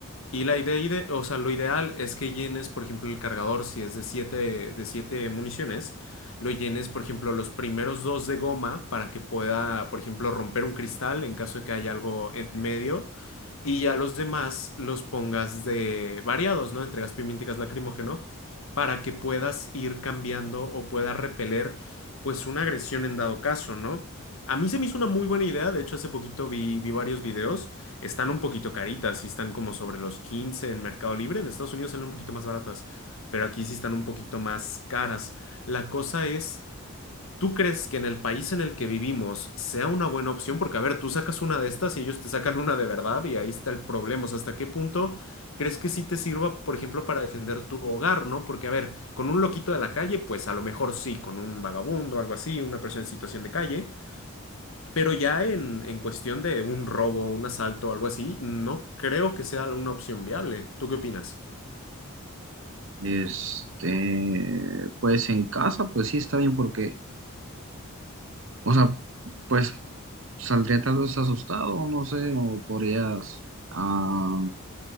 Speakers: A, on the left (about 65°); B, on the right (about 60°).
A: Y la idea, ide- o sea, lo ideal es que llenes, por ejemplo, el cargador, si es de siete de siete municiones, lo llenes, por ejemplo, los primeros dos de goma para que pueda, por ejemplo, romper un cristal en caso de que haya algo en medio. Y ya los demás los pongas de variados, ¿no? Entre gas pimienta y gas lacrimógeno, para que puedas ir cambiando o puedas repeler, pues, una agresión en dado caso, ¿no? A mí se me hizo una muy buena idea. De hecho, hace poquito vi, vi varios videos. Están un poquito caritas, sí están como sobre los 15 en Mercado Libre. En Estados Unidos salen un poquito más baratas, pero aquí sí están un poquito más caras. La cosa es, ¿tú crees que en el país en el que vivimos sea una buena opción? Porque, a ver, tú sacas una de estas y ellos te sacan una de verdad y ahí está el problema. O sea, ¿hasta qué punto crees que sí te sirva, por ejemplo, para defender tu hogar, ¿no? Porque, a ver, con un loquito de la calle, pues a lo mejor sí, con un vagabundo, algo así, una persona en situación de calle. Pero ya en, en cuestión de un robo, un asalto o algo así, no creo que sea una opción viable. ¿Tú qué opinas?
B: Este, pues en casa, pues sí está bien porque, o sea, pues saldría tal vez asustado, no sé, o podrías. ah,